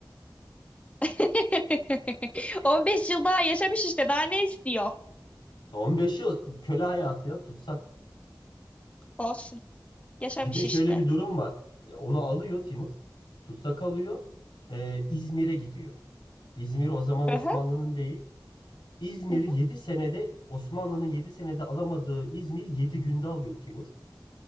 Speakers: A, on the left; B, on the left.
A: <laughs> 15 yıl daha yaşamış işte. Daha ne istiyor?
B: 15 yıl köle hayatı ya tutsak.
A: Olsun. Yaşamış
B: Bir de şöyle
A: işte.
B: bir durum var. E, Onu alıyor Timur. Tutsak alıyor. E, İzmir'e gidiyor. İzmir o zaman Osmanlı'nın
A: Aha.
B: değil. İzmir'i
A: Hı hı.
B: 7 senede Osmanlı'nın 7 senede alamadığı İzmir 7 günde alıyor Timur.